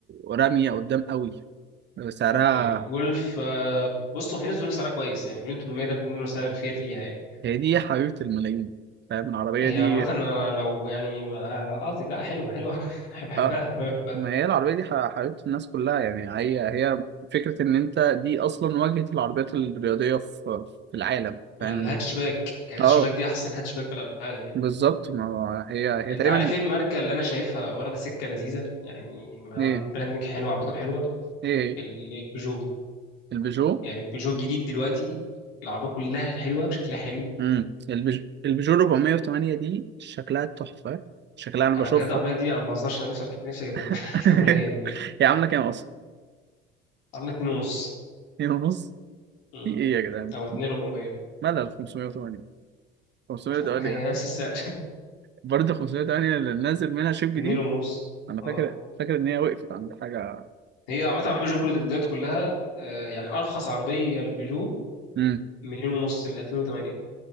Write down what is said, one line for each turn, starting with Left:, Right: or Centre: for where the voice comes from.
Right: راميه قدام قوي سعرها
Left: الجولف آه، بصوا في ناس بتقول سعرها كويس يعني مليون تمنمية ده بيقولوا إنه سعر فير ليها يعني
Right: هي دي حبيبه الملايين فاهم العربيه
Left: هي
Right: دي
Left: عامة أنا لو يعني أه آه، لا حلوة حلوة <laughs> أوي. بحبها
Right: اه
Left: عربية بحبها
Right: ما هي العربيه دي ح- حبيبه الناس كلها يعني هي هي فكره ان انت دي اصلا واجهه العربيات الرياضيه في في العالم فاهم
Left: الهاتش باك الهاتش
Right: اه
Left: باك دي أحسن هاتش باك في العالم يعني
Right: بالظبط ما هو هي هي
Left: انت
Right: تقريبا
Left: عارف ايه الماركه اللي انا شايفها واخده سكه لذيذه يعني عاملين
Right: ايه
Left: براندنج حلو عربيتهم حلوه
Right: ايه
Left: ال- البيجو
Right: البيجو
Left: يعني البيجو الجديد دلوقتي العربيه كلها حلوه وشكلها حلو
Right: امم البج... البيجو 408 دي شكلها تحفة شكلها انا بشوفها
Left: انا بجد العربيه دي انا ما بهزرش انا نفسي أرك- نفسي اجيبها <laughs>
Right: <laughs>
Left: في يوم من الايام يعني
Right: هي عاملة كام اصلا؟
Left: عامله 2 ونص
Right: هي ونص
Left: مم.
Right: في ايه يا جدعان؟
Left: او 2400
Right: مالها 508 508
Left: <laughs> هي نفس السعر
Right: برضه 508 اللي نازل منها
Left: <laughs>
Right: شيب جديد
Left: 2 ونص
Right: انا
Left: اه
Right: فاكر فاكر ان هي وقفت عند حاجة
Left: هي عامه عربيه بيجو كل دلوقتي كلها آه، يعني ارخص عربيه البيجو
Right: امم
Left: مليون ونص ل 2008